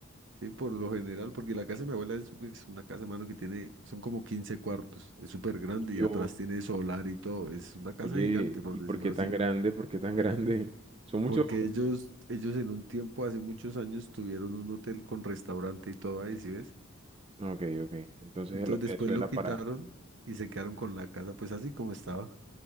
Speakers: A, on the right; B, on the right.
A: sí, por lo general, porque la casa de mi abuela es pues, una casa, hermano, que tiene, son como 15 cuartos, es súper grande
B: Yo
A: y atrás tiene solar y todo, es una casa
B: Oye,
A: gigante, por
B: ¿y
A: decirlo
B: por qué
A: así.
B: tan grande? ¿Por qué tan grande? <laughs> Son muchos...
A: Porque ellos, ellos en un tiempo, hace muchos años, tuvieron un hotel con restaurante y todo ahí, ¿sí ves?
B: Ok, ok. Entonces
A: Entonces
B: el-
A: después
B: eso
A: lo
B: era
A: quitaron
B: para...
A: y se quedaron con la casa, pues así como estaba.